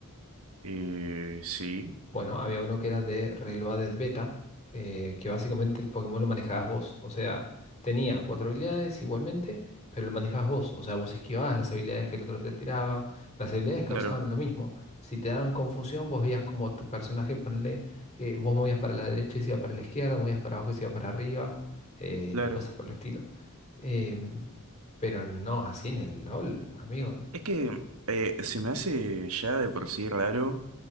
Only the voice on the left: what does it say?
Bueno, había uno que era de Reloaded Beta, eh, que básicamente el Pokémon lo manejabas vos. O sea, tenías cuatro habilidades igualmente, pero lo manejabas vos. O sea, vos esquivabas las habilidades que el otro te tiraba. Las habilidades causaban
lo mismo. Si te daban confusión, vos veías como tu personaje, ponle, eh, vos movías para la derecha y se iba para la izquierda, movías para abajo y se iba para arriba, eh,
y cosas por el estilo. Em, pero no así en el LOL, amigo.